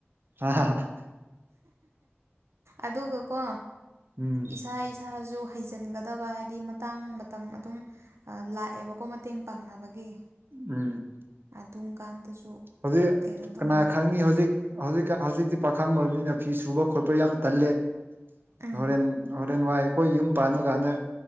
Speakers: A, on the right; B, on the right.
A: ꯑ
B: ꯑꯗꯨꯒꯀꯣ
A: ꯎꯝ
B: ꯏꯁꯥ ꯏꯁꯥꯁꯨ ꯍꯩꯖꯤꯟꯒꯗꯕ ꯍꯥꯏꯗꯤ ꯃꯇꯥꯡ ꯃꯇꯝ ꯑꯗꯨꯝ ꯂꯥꯛꯑꯦꯕꯀꯣ ꯃꯇꯦꯡ ꯄꯥꯡꯅꯕꯒꯤ
A: ꯎꯝ
B: ꯇꯨꯡ ꯀꯥꯟꯗꯁꯨ
A: ꯍꯧꯖꯤꯛ
B: ꯀꯩꯅꯣ ꯇꯧꯅꯕ
A: ꯀꯅꯥ ꯈꯪꯉꯤ ꯍꯧꯖꯤꯛ ꯍꯧꯖꯤꯛ ꯍꯧꯖꯤꯛꯇꯤ ꯄꯥꯈꯪꯕ ꯃꯤꯅ ꯐꯤ ꯁꯨꯕ ꯈꯣꯠꯄ ꯌꯥꯝ ꯇꯜꯂꯦ
B: ꯎꯝ
A: ꯍꯣꯔꯦꯟ ꯍꯣꯔꯦꯟ ꯋꯥꯏ ꯑꯩꯈꯣꯏ ꯌꯨꯝ ꯄꯥꯟꯕ ꯀꯥꯟꯗ